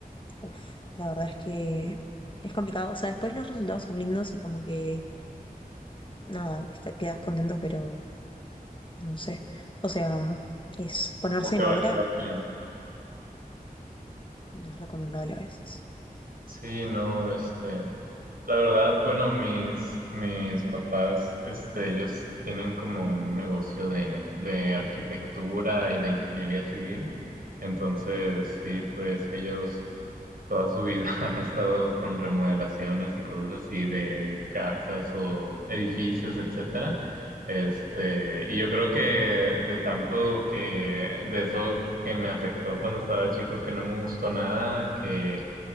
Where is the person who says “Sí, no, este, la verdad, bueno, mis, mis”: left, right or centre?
Right